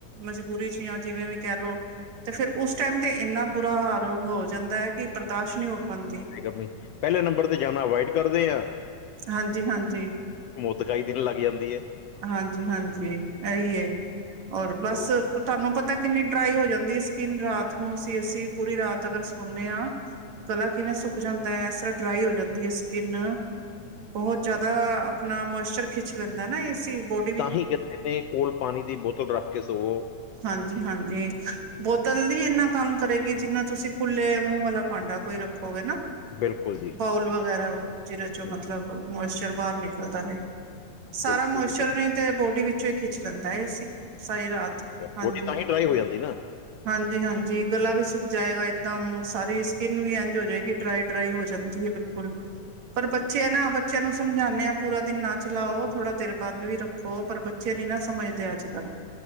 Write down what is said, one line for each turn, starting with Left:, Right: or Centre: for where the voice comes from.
Right: ਮਜਬੂਰੀ ਚ ਜਾ ਜਿਵੇਂ ਵੀ ਕਹਿ ਲੋ ਤੇ ਫਿਰ ਉਸ ਉਸ ਟਾਈਮ ਤੇ ਇੰਨਾ ਬੁਰਾ ਹਾਲ ਹੋ ਜਾਂਦਾ ਹੈ ਕਿ ਬਰਦਾਸ਼ਤ ਨਹੀ ਹੋ ਪਾਂਦੀ।
Left: ਐ ਗਰਮੀ, ਪਹਿਲੇ ਨੰਬਰ ਤੇ ਜਾਣਾ ਅਵਾਇਡ ਕਰਦੇ ਆ।
Right: ਹਾਂਜੀ-ਹਾਂਜੀ।
Left: ਮੋ ਦਿਖਾਈ ਦੇਣ ਲੱਗ ਜਾਂਦੀ ਐ।
Right: ਹਾਂਜੀ-ਹਾਂਜੀ, ਐਈ ਐ ਹੋਰ ਬਸ
Left: ਬਿਲਕੁਲ
Right: ਤੁਹਾਨੂੰ ਪਤਾ ਕਿੰਨੀ ਡਰਾਈ ਹੋ ਜਾਂਦੀ ਐ ਸਕਿੰਨ ਰਾਤ ਨੂੰ ਅਸੀਂ-ਅਸੀਂ ਪੂਰੀ ਰਾਤ ਅਗਰ ਸੌਣੇ ਆ। ਗਲਾ ਕਿਵੇਂ ਸੁੱਕ ਜਾਂਦਾ ਹੈ ਇਸ ਤਰ੍ਹਾਂ ਡਰਾਈ ਹੋ ਜਾਂਦੀ ਹੈ ਸਕਿੰਨ। ਬਹੁਤ ਜਿਆਦਾ ਆਪਣਾ ਮੋਇਸਚਰ ਖਿੱਚ ਲੈਂਦਾ ਨਾ ਏਸੀ ਬੋਟ
Left: ਤਾਹੀ ਕਹਿੰਦੇ ਨੇ ਕੋਲ ਪਾਣੀ ਦੀ ਬੋਤਲ ਰੱਖ ਕੇ ਸੌਵੋ।
Right: ਹਾਂਜੀ-ਹਾਂਜੀ, ਬੋਤਲ ਦੀ ਇਹਨਾਂ ਕੰਮ ਕਰੇਗੀ ਜਿੰਨਾ ਤੁਸੀਂ ਖੁੱਲੇ ਮੂੰਹ ਵਾਲਾ ਭਾਂਡਾ ਕੋਈ ਰੱਖੋਗੇ ਨਾ
Left: ਬਿਲਕੁਲ ਜੀ
Right: ਬਾਊਲ ਵਗੈਰਾ, ਜਿਹਦੇ
Left: ਹਮ,
Right: ਚੋ ਮਤਲਬ ਮੋਇਸਚਰ ਬਾਹਰ ਨਿਕਲਦਾ ਰਹੇ। ਸਾਰਾ
Left: ਬਿਲਕੁਲ
Right: ਮੋਇਸਚਰ
Left: ਜੀ ਬਿਲਕੁਲ
Right: ਨਹੀ ਤੇ ਬੋਡੀ ਵਿੱਚੋ ਹੀ ਖਿੱਚ ਲੈਂਦਾ ਏਸੀ ਸਾਰੀ ਰਾਤ। ਹਾਂਜੀ।
Left: ਬੌਡੀ ਤਾਂਹੀ ਡਰਾਈ ਹੋ ਜਾਂਦੀ ਨਾ
Right: ਹਾਂਜੀ-ਹਾਂਜੀ, ਗਲਾ ਵੀ ਸੁੱਕ ਜਾਏਗਾ ਇੱਕਦਮ ਸਾਰੀ ਸਕਿੰਨ ਵੀ ਇੰਝ ਹੋ ਜਾਏਗੀ। ਡਰਾਈ-ਡਰਾਈ ਹੋ ਜਾਂਦੀ ਹੈ ਬਿਲਕੁਲ।
Left: ਓ <unintelligible>
Right: ਪਰ ਬੱਚੇ ਆ ਨਾ ਬ ਬੱਚਿਆਂ ਨੂੰ ਸਮਝਾਨੇ ਆ ਪੂਰਾ ਦਿਨ ਨਾ ਚਲਾਓ ਥੋੜ੍ਹਾ ਦੇਰ ਬੰਦ ਵੀ ਰੱਖੋ ਪਰ ਬੱਚੇ ਨੀ ਨਾ ਸਮਝਦੇ ਅੱਜ-ਕੱਲ।